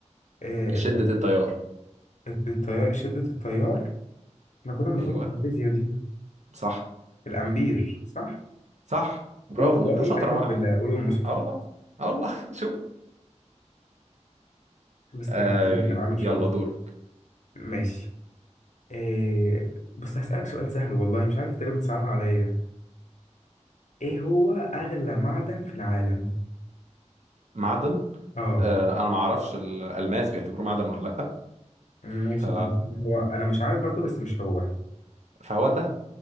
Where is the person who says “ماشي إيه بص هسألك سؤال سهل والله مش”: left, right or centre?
Left